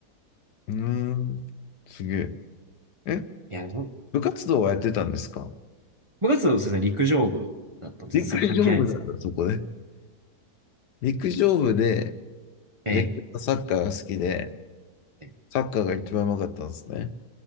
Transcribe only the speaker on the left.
うーん。すげえ。え、
部活動はやってたんですか
陸上部なんだ、
そこで。陸上部で
野球とサッカーが好きで、
サッカーが一番うまかったんですね。